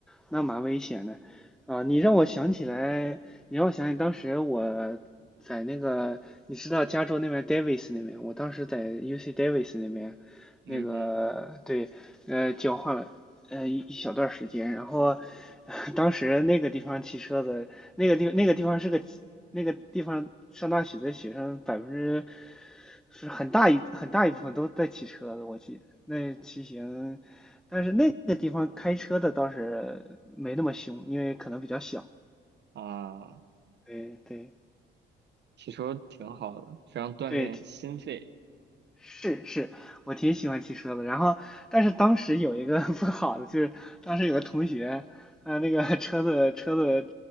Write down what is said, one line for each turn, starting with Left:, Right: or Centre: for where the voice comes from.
Centre: 那蛮危险的啊！你让我想起来，你让我想起当时我在那个，你知道加州那边 Davis 那边，我当时在 UC Davis 那边，
Right: 嗯
Centre: 那个对，呃，交换了呃一一小段时间，然后呃当时那个地方骑车子，那个地那个地方是个那个地方上大学的学生百分之是很大一很大一部分都在骑车子，我记得那骑行。但是那那地方开车的倒是没那么凶，因为可能比较小。
Right: 哼，啊。
Centre: 对对
Right: 骑车挺好的，非常锻炼心肺。
Centre: 对，是是，我挺喜欢骑车的。然后，但是当时有一个 <laughs> 不好的，就是当时有个同学，呃，那个 <laughs> 车子车子